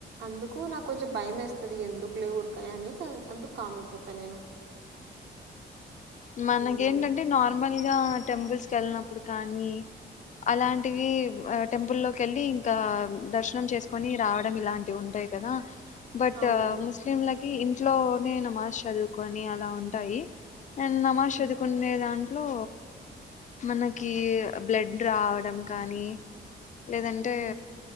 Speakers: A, on the right (about 70°); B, on the left (about 40°).
A: అందుకు నాకు కొంచెం భయం వేస్తది ఎందుకు లే ఊరుకనే అనేసి అందుకు కామ్ అయిపోతాను నేను
B: మనకేంటంటే
A: హ్మ్.
B: నార్మల్ గా టెంపుల్స్ కెళ్ళినప్పుడు కానీ అలాంటివి టెంపుల్ లోకి వెళ్ళి ఇంకా దర్శనం చేసుకొని రావడం ఇలాంటివి ఉంటాయి కదా బట్
A: అవునండి.
B: ముస్లిం లక్ ఇంట్లోనే నమాజ్ చదువుకొని అలా ఉంటాయి నేను నమాష్
A: హ్మ్.
B: చదువుకునేదా ఇట్ లో మనకి బ్లడ్ రావడం కానీ లేదంటే
A: హ్మ్.